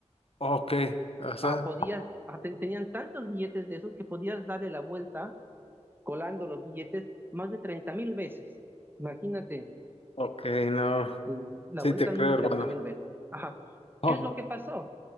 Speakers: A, on the left; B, on the right.
A: Ok. O sea,
B: Ajá, podías, ajá, ten- tenían tantos billetes de esos que podías darle la vuelta colando los billetes más de treinta mil veces. Imagínate,
A: ok, no.
B: l- la
A: Sí,
B: vuelta
A: te
B: al
A: creo,
B: mundo treinta
A: hermano.
B: mil veces. Ajá.
A: Oh,
B: ¿Qué es lo que pasó?